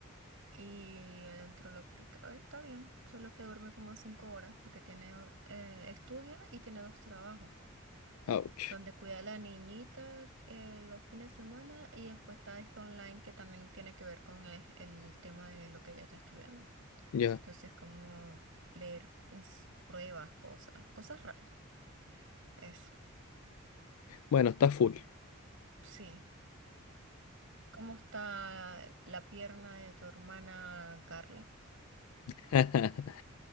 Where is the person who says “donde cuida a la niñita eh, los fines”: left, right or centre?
Right